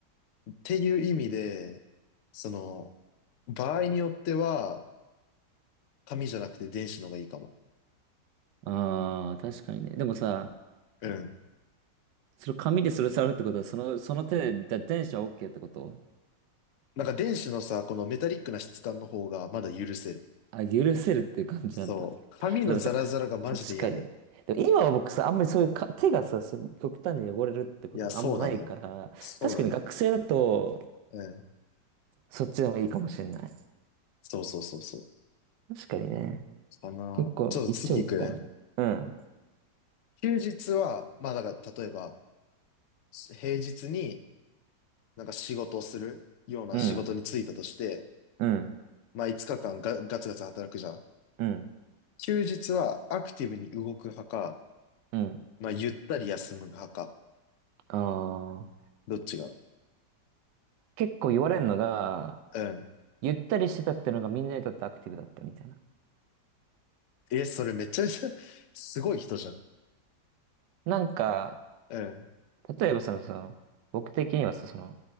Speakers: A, on the left; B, on the right.
A: っていう意味で、その、場合によっては、紙じゃなくて電子の方がいいかも。
B: ああ、確かにね。でもさ、
A: うん。
B: それ紙でそれ触るってことは、その、その手でだ電車 OK ってこと
A: なんか電子のさ、このメタリックな質感の方がまだ許せる。
B: あ、許せるっていう感じなんだ。
A: そう。紙のザラザラがマジで嫌で。
B: でもさ、確かにね。でも今は僕さ、あんまりそういうか、手がさ、そう極端に汚れるってことがあんまないから、
A: いや、そうなのよ。そうなのよ。
B: 確かに学生だと、
A: うん。
B: そっちでもいいかもしれない。
A: そうそうそうそう。
B: 確かにね。
A: かな。
B: 結構、
A: ちょっと次行くね。
B: 一長一短。うん、
A: 休日は、まあだから、例えば、平日になんか仕事をするような仕事に就いたとして、
B: うん、うん、
A: まあ5日間ガ、ガツガツ働くじゃん。
B: うん、
A: 休日はアクティブに動く派か、
B: うん。
A: まあゆったり休む派か。
B: ああ、
A: どっちが
B: 結構言われるのが、
A: うん。
B: ゆったりしてたってのがみんなにとってアクティブだったみたいな。
A: え、それめちゃめちゃ <laughs> すごい人じゃん。
B: なんか、
A: うん。
B: 例えばその、その、僕的にはさ、その、